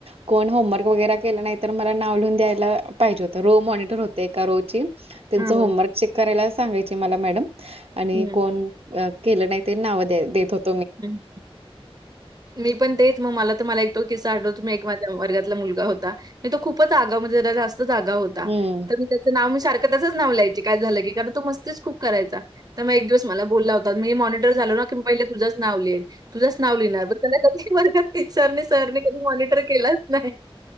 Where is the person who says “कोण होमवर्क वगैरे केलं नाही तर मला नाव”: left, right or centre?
Right